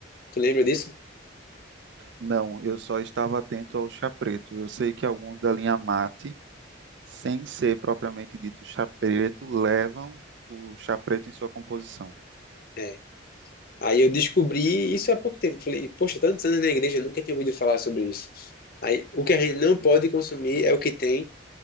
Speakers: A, on the left; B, on the right.
A: Tu lembra disso?
B: Não, eu só estava atento ao chá preto. Eu sei que alguns da linha mate, sem ser propriamente dito chá preto, levam o chá preto em sua composição.
A: É. Aí eu descobri isso há pouco tempo. Falei, poxa, tantos anos na igreja, eu nunca tinha ouvido falar sobre isso. Aí o que a gente não pode consumir é o que tem